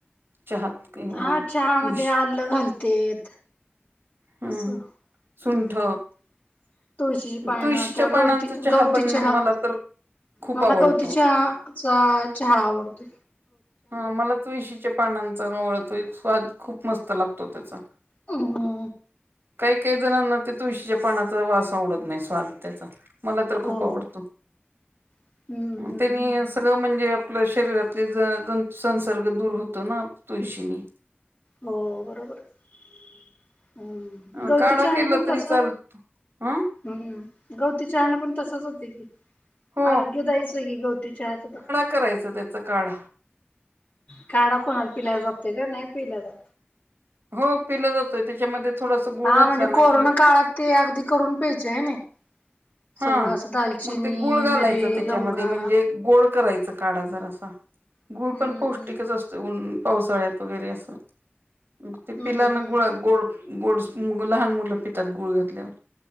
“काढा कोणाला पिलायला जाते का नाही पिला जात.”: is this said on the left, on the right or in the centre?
Left